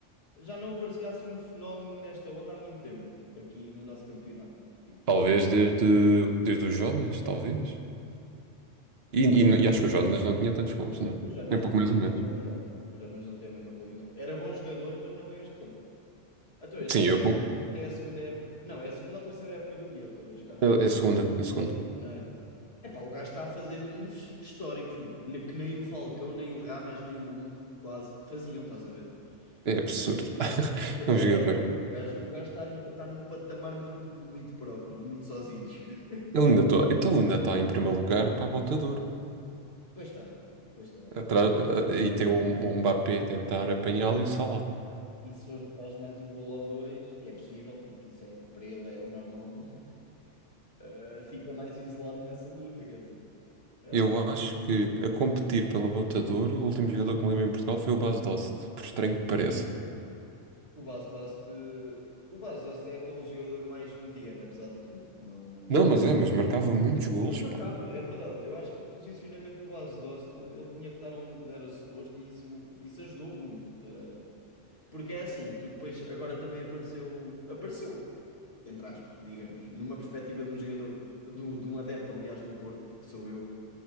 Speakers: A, on the left; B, on the right.
A: Já não aparecia assim um fenómeno nesta onda há muito tempo, aqui no nosso campeonato. E tu
B: Talvez desde, desde o Jonas, talvez. E, e- e acho que o Jonas não tinha tantos gols, não.
A: O Jonas
B: É um pouco
A: não tem
B: mais
A: a
B: ou
A: mesma
B: menos.
A: qualidade. O Jonas não tem a mesma qualidade. Era bom jogador, mas não é este ponto. Então, este
B: Sim,
A: gajo
B: eu. con-
A: é a segunda época. Não, é a segunda ou terceira época do Gyökeres, cá.
B: É é a segunda, é a segunda.
A: É a segunda, não é? Epá, o gajo está a fazer números históricos, meu. Ne- Que nem o Falcão, nem o Rames, nem o Hulk quase faziam, estás a ver?
B: É absurdo,
A: O-
B: pá. <laughs>
A: É,
B: É um jogador.
A: é. O gajo, o gajo está, nu- está num patamar muito, muito próprio e muito sozinho. <laughs>
B: Ele ainda está, então ele ainda está em primeiro lugar para a bota de ouro.
A: Pois está, pois está.
B: Atrás- eh, e tem o, o Mbappé a tentar apanhá-lo e o Salah.
A: E se faz mais um golo ou dois, que é possível, porque isso é, para ele é o normal, <laughs> eh, fica mais isolado nessa luta, quer dizer. Eh,
B: Eu acho que a competir pela Bota de Ouro, o último jogador que me lembro em Portugal foi o Bas Dost, por estranho que pareça.
A: o Bas Dost, eh, o Bas Dost é aquele jogador mais mediano, apesar de tudo. Não...
B: Não, mas é, mas marcava muitos golos,
A: Mas marcava,
B: pá.
A: é verdade. Eu acho que o posicionamento do Bas Dost, ele tinha que estar onde era suposto e isso, isso ajudou muito. eh, Porque é assim, tu depois agora também apareceu, apareceu, entre aspas, digamos, numa perspectiva de um jogador, do, de um adepto, aliás, do Porto, que, que sou eu,